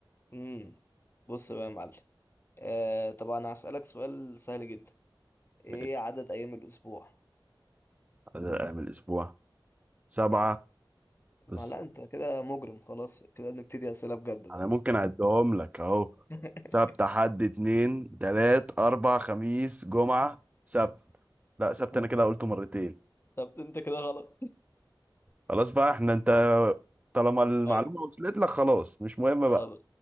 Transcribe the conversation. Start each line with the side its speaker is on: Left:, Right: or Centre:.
Left: امم بص بقى يا معلم آه طبعا هسألك سؤال سهل جدا ايه
Right: ماشي.
Left: عدد ايام الاسبوع
Right: بدل أيام الأسبوع سبعة
Left: اه ما
Right: بس
Left: لا انت كده مجرم خلاص كده نبتدي اسئله بجد بقى
Right: أنا ممكن أعدهم لك أهو
Left: <laughs>
Right: سبت حد اتنين تلات أربع خميس جمعة سبت لا سبت أنا كده قلته مرتين
Left: طب انت كده غلط
Right: خلاص بقى احنا أنت طالما المعلومة
Left: ايوه
Right: وصلت لك خلاص مش مهم
Left: خلاص
Right: بقى